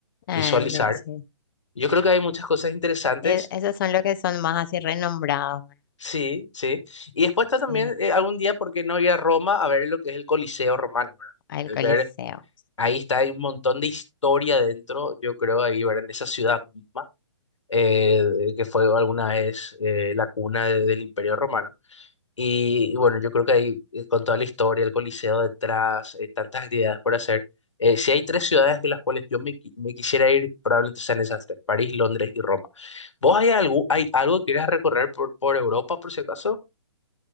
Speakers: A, on the left; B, on the left.
A: Ah,
B: visualizar.
A: sí, sí.
B: Yo creo que hay muchas cosas interesantes
A: E- esos son los que son más así renombrados, ¿verdad?
B: Sí, sí. Y después está también
A: sí,
B: eh, algún día, porque no ir a Roma a ver lo que es el Coliseo romano, ¿verdad?
A: al
B: Eh,
A: Coliseo.
B: Ver, ahí está, hay un montón de historia dentro, yo creo, ahí, ¿verdad? En esa ciudad misma, eh, de- que fue alguna vez eh, la cuna de- del Imperio Romano. Y, y bueno, yo creo que ahí, eh, con toda la historia, el Coliseo detrás, eh, tantas actividades por hacer. eh, si hay tres ciudades en las cuales yo me, qui- me quisiera ir, probablemente sean esas tres, París, Londres y Roma. ¿Vos hay algo, hay algo que quieras recorrer por, por Europa, por si acaso?